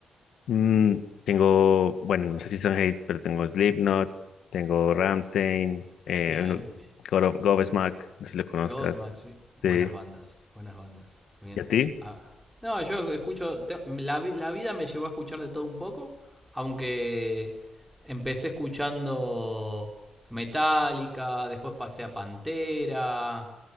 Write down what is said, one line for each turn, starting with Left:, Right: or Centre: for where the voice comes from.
Left: Mm, tengo, bueno, no sé si son hate, pero tengo Slipknot, tengo Rammstein, eh,
Centre: Bien,
Left: uno-
Centre: bien.
Left: God of Godsmack, no sé si lo conozcas.
Centre: Ghostmax, sí.
Left: Sí.
Centre: Buenas bandas, buenas bandas. Bien.
Left: ¿Y a ti?
Centre: Ah, no, yo escucho. te- la, vi- la vida me llevó a escuchar de todo un poco. Aunque empecé escuchando Metallica, después pasé a Pantera.